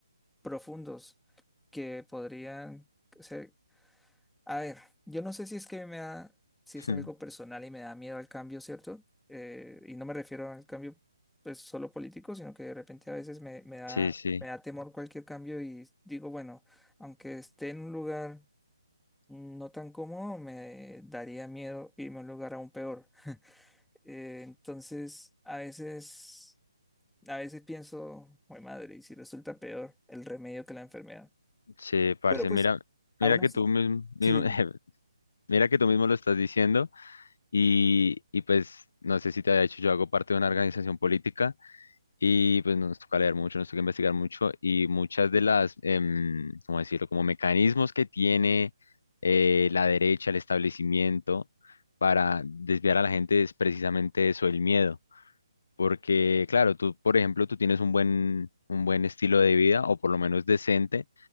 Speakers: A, in the centre; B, on the left.
A: profundos que podrían ser... A ver, yo no sé si es que me da, si
B: <laughs>
A: es algo personal y me da miedo al cambio, ¿cierto? Eh, y no me refiero al cambio pues solo político, sino que de repente a veces me, me da,
B: Sí, sí,
A: me da temor cualquier cambio y digo, bueno, aunque esté en un lugar no tan cómodo, me daría miedo irme a un lugar aún peor. Eh, entonces, a veces, a veces pienso, "Jue madre, y si resulta peor el remedio que la enfermedad.
B: sí, parce,
A: Pero pues,
B: mira,
A: aún
B: mira
A: así,
B: que tú mismo,
A: sí,
B: <laughs>
A: dime.
B: mira que tú mismo lo estás diciendo. Y, y pues no sé si te había dicho, yo hago parte de una organización política y pues nos toca leer mucho, nos toca investigar mucho y muchas de las, em, ¿cómo decirlo?, como mecanismos que tiene eh, la derecha, el establecimiento para desviar a la gente es precisamente eso, el miedo. Porque claro, tú, por ejemplo, tú tienes un buen, un buen estilo de vida o por lo menos decente,